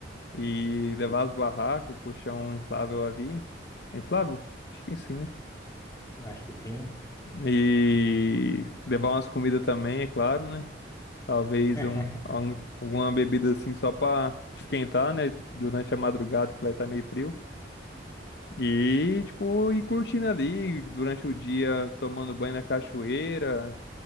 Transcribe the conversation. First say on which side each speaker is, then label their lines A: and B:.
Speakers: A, on the left (about 60°); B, on the left (about 15°).
A: e levar as barracas, o colchão inflável ali. É inflável? Acho que sim, né?
B: Eu acho que sim, né?
A: E levar umas comidas também, é claro, né? Talvez
B: <laughs>
A: um, algum- alguma bebida assim só pra esquentar, né? Durante a madrugada que vai estar meio frio. E, tipo, ir curtindo ali durante o dia, tomando banho na cachoeira